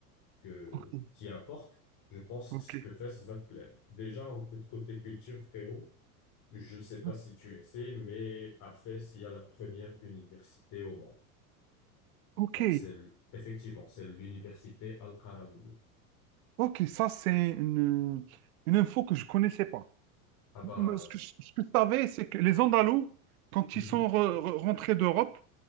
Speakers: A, on the left (about 45°); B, on the right (about 70°).
A: que-
B: ok,
A: qui importe. Je pense
B: ok.
A: que ce que Fès va te plaire. Déjà, en fait, côté culture, frérot, je sais pas
B: Ah,
A: si tu le sais, mais à Fès, il y a la première université au monde.
B: Ok,
A: Donc, c'est, l- effectivement, c'est l'université Al-Qarawiyya.
B: Ok, ça c'est une, une info que je connaissais pas.
A: Ah bah,
B: Mais Ce
A: c'est-
B: que, je ce que je savais, c'est que les Andalous, quand
A: Mhm.
B: ils sont re- re- rentrés d'Europe,